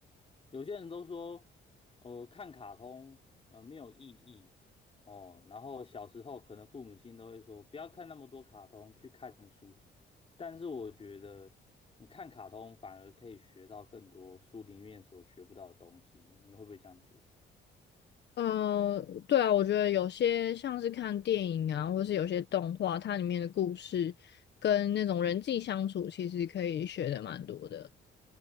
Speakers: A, on the left; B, on the left.
A: 有些人都说，呃，看卡通，呃，没有意义哦。然后小时候可能父母亲都会说，不要看那么多卡通，去看书。但是我觉得，你看卡通反而可以学到更多书里面所学不到的东西。你会不会这样觉得？
B: 嗯，对啊，我觉得有些像是看电影啊，或是有些动画，它里面的故事跟那种人际相处，其实可以学的蛮多的。